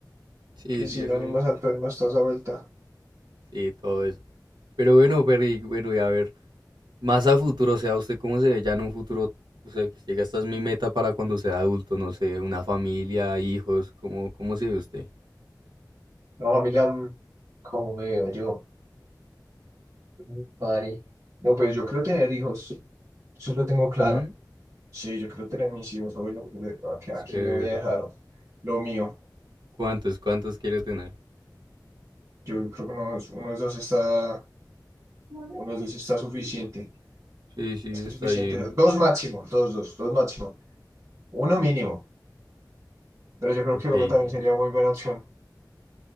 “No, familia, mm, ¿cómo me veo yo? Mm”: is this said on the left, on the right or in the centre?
Right